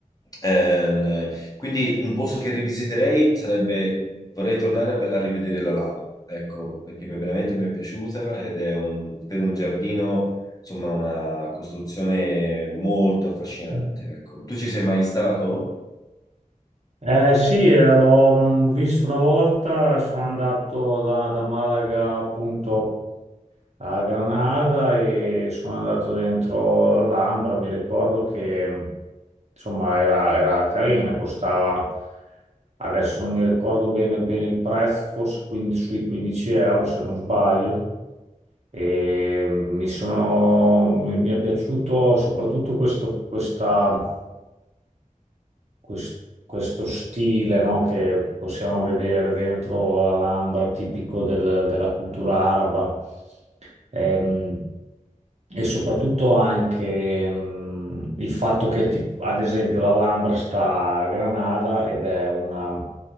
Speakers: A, on the left (about 25°); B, on the right (about 55°).
A: Ehm, quindi un posto che rivisiterei sarebbe, vorrei tornare a, a rivedere la Lama, ecco, perché mi- veramente mi è piaciuta ed è un, per un giardino, insomma, una costruzione molto affascinante,
B: Mhm.
A: ecco. Tu ci sei mai stato?
B: Eh sì, eh, l'ho mh, visto una volta, sono andato da, da Malaga appunto a Granada e sono andato dentro l'Alhambra, mi ricordo che mh, insomma era, era carina, costava, adesso non mi ricordo bene, bene il prezzo, forse quin- sui 15 euro se non sbaglio, e mh, mi sono, mi, mi è piaciuto soprattutto questo, questa quest- questo stile, no, che che possiamo vedere dentro l'Alhambra, tipico del- della cultura araba, Ehm, e soprattutto anche mm, il fatto che, ti- ad esempio, l'Alhambra sta a Granada ed è una.